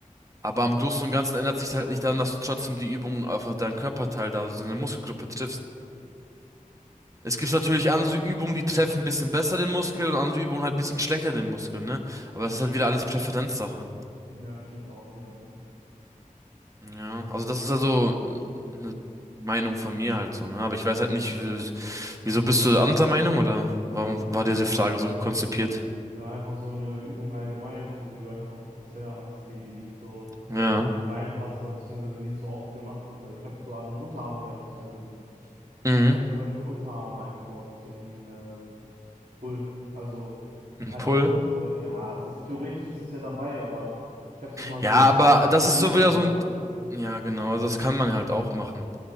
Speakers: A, on the right; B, on the right.
A: Aber im Großen und Ganzen ändert sich halt nicht daran, dass du trotzdem die Übung auf deinen Körperteil da, also deine Muskelgruppe triffst. Es gibt natürlich andere Übungen, die treffen ein bisschen besser den Muskel und andere Übungen halt ein bisschen schlechter den Muskel, ne? Aber das ist halt wieder alles Präferenzsache.
B: Ja, stimmt auch wiederum.
A: Ja, also das ist also eine Meinung von mir halt so, ne? Aber ich weiß halt nicht, wie- wieso bist du anderer Meinung oder warum
B: Ja,
A: war dir diese
B: ne,
A: Frage so konzipiert?
B: ne, einfach so eine Übung allgemein, so die du einfach mal so spezieller hast, die, die nicht so
A: Ja.
B: reinpasst oder beziehungsweise nicht so oft gemacht wird. Aber ich habe so an Unterarme beispielsweise gedacht.
A: Mhm.
B: Ich habe zum Beispiel Unterarme eingebaut in äh, Pull. Also
A: Ein
B: einfach
A: Pull.
B: mal so, ja, es ist theoretisch ist es ja dabei, aber ich habe es nochmal
A: Ja,
B: so
A: aber
B: isoliert
A: das ist so wieder
B: reingepackt.
A: so ein. Ja, genau, also das kann man halt auch machen.